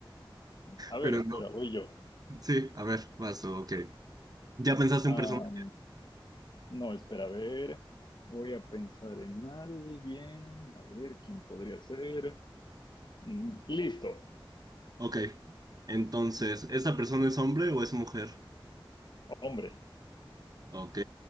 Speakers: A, on the left; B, on the right.
A: A ver,
B: pero
A: espera,
B: no.
A: voy yo.
B: Sí, a ver, paso, ok. ¿Ya pensaste
A: Ah,
B: un personaje?
A: no, espera, a ver. Voy a pensar en alguien. A ver, ¿quién podría ser? Mm, listo,
B: Ok. Entonces, ¿esta persona es hombre o es mujer?
A: hombre.
B: Ok.